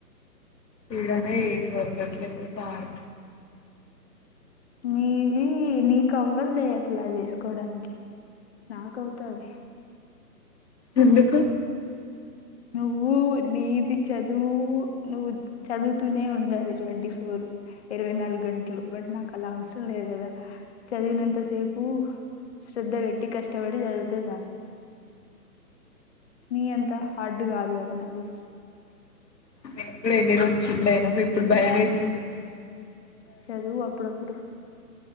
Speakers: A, on the left; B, on the left.
A: ఇడనే ఏం దొరకట్లే ఆడు
B: మీవి ఈ నీకు అవ్వదలే అట్లా చేసుకోడానికి నాక అవుతాది.
A: ఎందుకు?
B: నువ్వు నీది చదువు నువ్వు చదువుతూనే ఉండాలి ట్వంటీ ఫోర్ ఇరవై నాలుగు గంటలు బట్ నాకు అలా అవసరం లేదు కదా చదివినంతసేపు శ్రద్ధ పెట్టి కష్టపడి చదివితే చాలు ని ఎంత ఆడ్డు కాదు కదా నావి
A: మేము కూడా ఎన్ని రోజు చిల్ ఆయినామొ ఇప్పుడు భయం ఆయితుంది.
B: చదువు అప్పుడుప్పుడు